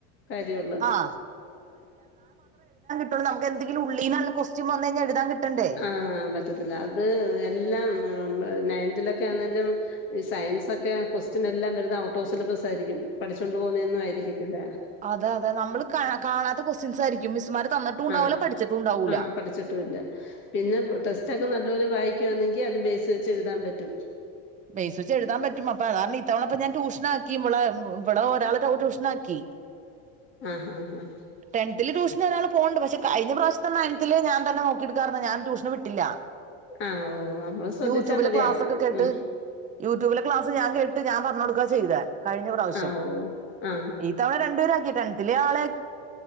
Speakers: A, on the left; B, on the right.
A: കാര്യമുള്ളൂ
B: ആഹ് ഇപ്പോൾ നമുക്ക് എന്തെങ്കിലും ഉള്ളീന്ന് ഒരു ക്വസ്റ്റ്യൻ വന്നു കഴിഞ്ഞാൽ എഴുതാൻ കിട്ടണ്ടേ
A: ആഹ് പറ്റത്തില്ല അത് എല്ലാം നയൻതിലൊക്കെ ആണേലും ഈ സയൻസൊക്കെ ക്വസ്റ്റ്യൻ എല്ലാം വരുന്നത് ഔട്ട് ഓഫ് സിലബസ് ആയിരിക്കും പഠിച്ചോണ്ട് പോന്നതൊന്നും ആയിരിക്കത്തില്ല
B: അതെയതെ നമ്മള് കാ കാണാത്ത ക്വസ്റ്റ്യൻസ് ആയിരിക്കും മിസ്സുമാര് തന്നിട്ടും ഉണ്ടാവില്ല
A: ആഹ്
B: പഠിച്ചിട്ടും ഉണ്ടാവില്ല
A: ആഹ് പഠിച്ചിട്ടുമില്ല പിന്നെ ടെസ്റ്റൊക്കെ നല്ലപോലെ വായിക്കുകയാണെങ്കിൽ അത് ബേസ് വെച്ച് എഴുതാൻ പറ്റും
B: ബേസ് വെച്ച് എഴുതാൻ പറ്റും അപ്പം അതുകാരണം ഇത്തവണ ഇപ്പം ഇപ്പം ഞാൻ ട്യൂഷന് ഇവളെ ഇവളെ ഒരാൾക്ക് ട്യൂഷൻ ആക്കി
A: ആഹ് ആഹ് ആഹ്
B: ടെൻതില് ട്യൂഷന് ഒരാള് പോകുന്നുണ്ട് പക്ഷേ കഴിഞ്ഞ പ്രാവശ്യത്തെ നയൻതില് ഞാൻ തന്നെ നോക്കിയത് കാരണം ഞാൻ ട്യൂഷന് വിട്ടില്ല
A: ആഹ് ഓഹ് നമ്മള് ശ്രദ്ധിച്ചാൽ
B: യൂട്യൂബിലെ
A: മതിയാവും
B: ക്ലാസ്സൊക്കെ കേട്ട്
A: ഉം
B: യൂട്യൂബിലെ ക്ലാസ് ഞാൻ കേട്ടിട്ട് ഞാൻ പറഞ്ഞു കൊടുക്കുക ചെയ്തേ കഴിഞ്ഞ പ്രാവശ്യം
A: ആ ഓ ആ
B: ഇത്തവണ രണ്ട് പേരെയും ആക്കി ടെൻതിലെ ആളെ